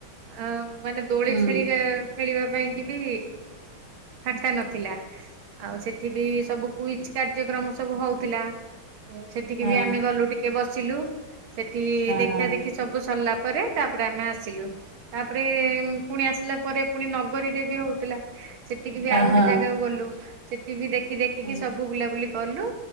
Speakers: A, on the right; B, on the right.
A: ଅ ମାନେ ଦୋଳି
B: ହୁଁ
A: ଖେଳିି କା ଖେଳିବା ପାଇଁ କି ବି ଫାଙ୍କା ନଥିଲା। ଆଉ ସେଠି ବି ସବୁ କୁଇଜ କାର୍ଯ୍ୟକ୍ରମ ସବୁ ହଉଥିଲା ସେଠିକି
B: ହଁ
A: ବି ଆମେ ଗଲୁ ଟି ଟିକେ ବସିଲୁ ସେଠି ଦେଖା
B: ହଁ ହଁ
A: ଦେଖି ସବୁ ସରିଲା ପରେ ତାପରେ ଆମେ ଆସିଲୁ। ତାପରେ ପୁଣି ଆସିଲା ପରେ ପୁଣି ନଗରୀରେ ବି ହଉଥିଲା। ସେଠିକି ବି ଆଉ ଗୋଟେ
B: ହଁ
A: ଜାଗାକୁ ଗଲୁ ସେଠି ବି ଦେ ଦେଖିକି
B: ହଁ
A: ସବୁ ବୁଲାବୁଲି କଲୁ